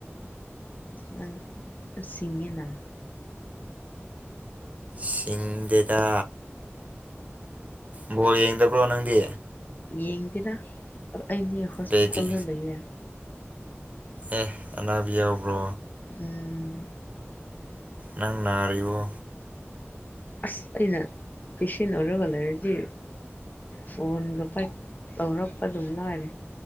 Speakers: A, on the left; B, on the right.
A: ꯪ ꯁꯤꯁꯤꯡꯒꯤꯉꯤꯅꯅ
B: ꯁꯤꯡꯗꯦꯗ ꯕꯣ ꯌꯦꯡꯗꯕ꯭ꯔꯣ ꯅꯪꯗꯤ
A: ꯌꯦꯡꯗꯦꯔ ꯑꯩꯗꯤ ꯍꯣꯁꯄꯤꯇꯥꯜꯗ
B: ꯀꯩꯒꯤ
A: ꯂꯩꯔꯦ
B: ꯑꯦ ꯑꯅꯥꯕꯤ ꯌꯥꯎꯕ꯭ꯔꯣ
A: ꯎꯝ
B: ꯅꯪ ꯅꯥꯔꯤꯕꯔꯤꯕꯣ
A: ꯑꯁ ꯑꯩꯅ ꯄꯦꯁꯦꯟ ꯑꯣꯏꯔꯒ ꯂꯩꯔꯗꯤ ꯐꯣꯟꯗꯣ ꯐ ꯇꯧꯔꯛꯄ ꯑꯗꯨꯝ ꯂꯥꯛꯑꯅꯤ